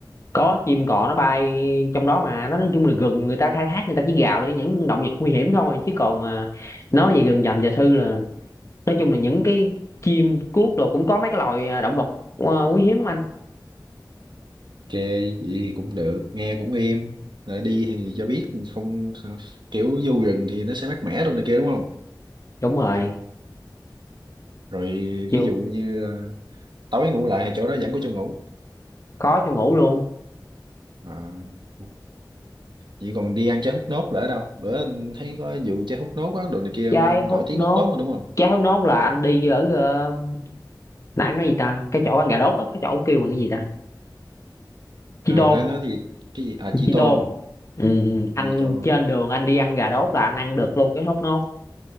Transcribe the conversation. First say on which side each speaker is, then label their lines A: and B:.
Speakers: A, on the left; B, on the right.
A: có chim cò nó bay trong đó mà nó nói chung là rừng người ta khai thác người ta chỉ gào để những động vật nguy hiểm thôi chứ còn mà nói về rừng rậm và sư là nói chung là những cái chim cuốc đồ cũng có mấy cái loài à, động vật à, quý hiếm lắm anh
B: vậy thì cũng được nghe cũng êm rồi đi thì cho biết không kiểu vô rừng thì nó sẽ mát mẻ rồi này kia đúng không
A: đúng rồi
B: rồi
A: chịu
B: ví dụ như ờ, tối ngủ lại thì chỗ đó vẫn có chỗ ngủ
A: có trong ngủ luôn
B: à, ok vậy còn đi ăn trái hút nốt là ở đâu bữa anh thấy có vụ trái hút nốt á đồ này kia
A: trái hút
B: nổi tiếng
A: nốt
B: hút nốt mà đúng không
A: trái hút nốt là anh đi ở ờ, nãy em nói gì ta cái chỗ ăn gà đốt đó, cái chỗ kêu bằng cái gì ta chi
B: à
A: tôm
B: nó nói gì cái gì à chi
A: chi
B: tôn
A: tôm ừ, ừ. anh
B: Keto
A: trên đường anh đi ăn gà đốt là anh ăn được luôn cái hút nốt